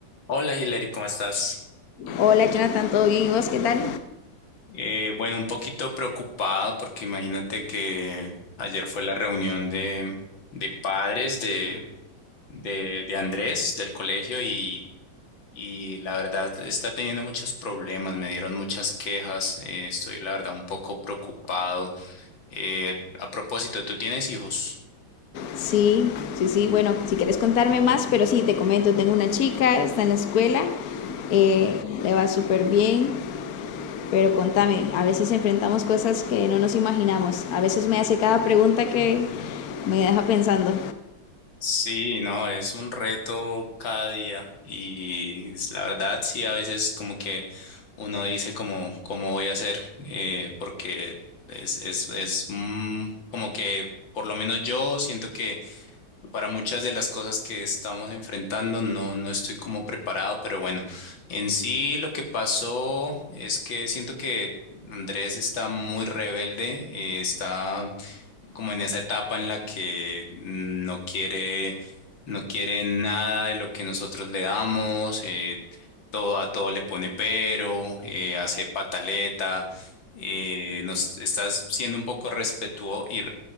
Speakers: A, on the left; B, on the left.
A: Hola Hilary, ¿cómo estás?
B: Hola Jonathan, ¿todo bien? ¿Y vos qué tal?
A: Eh, bueno, un poquito preocupado porque imagínate que ayer fue la reunión de, de padres de, de, de Andrés del colegio y, y la verdad está teniendo muchos problemas, me dieron muchas quejas, eh, estoy la verdad un poco preocupado. Eh, a propósito, ¿tú tienes hijos?
B: Sí, sí, sí. Bueno, si quieres contarme más, pero sí, te comento, tengo una chica, está en la escuela, eh, le va súper bien, pero contame, a veces enfrentamos cosas que no nos imaginamos. A veces me hace cada pregunta que me deja pensando.
A: Sí, no, es un reto cada día y es- la verdad sí, a veces como que uno dice como cómo voy a hacer eh, porque es, es, es mm, como que por lo menos yo siento que para muchas de las cosas que estamos enfrentando no, no estoy como preparado, pero bueno, en sí lo que pasó es que siento que Andrés está muy rebelde, eh, está como en esa etapa en la que no quiere, no quiere nada de lo que nosotros le damos, eh, todo, a todo le pone pero, eh, hace pataleta, eh, nos estás siendo un poco respetuoso y